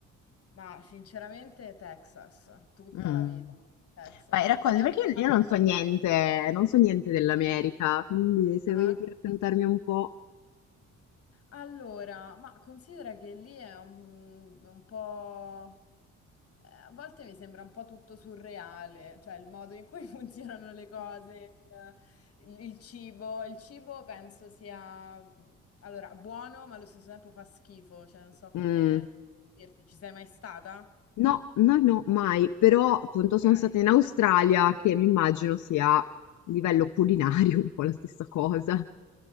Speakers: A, on the left; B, on the left.
A: Ma sinceramente Texas, tutta
B: Mm.
A: la vita. Texas.
B: Vai, racconti,
A: È anche
B: perché io,
A: stato
B: io non
A: un
B: so
A: po'
B: niente,
A: strano.
B: non so niente dell'America, quindi se
A: Ah.
B: voglio raccontarmi un po'.
A: Allora, ma considera che lì è un, un po'. Eh, a volte mi sembra un po' tutto surreale, cioè il modo in cui <laughs> funzionano le cose, il, il- il cibo. Il cibo penso sia, mh, allora, buono, ma allo stesso tempo fa schifo, cioè non so come
B: Mm.
A: non so come dirti. Ci sei mai stata?
B: No, no, no, mai, però appunto sono
A: Ok.
B: stata in Australia, che mi immagino sia a livello culinario un po' la stessa cosa.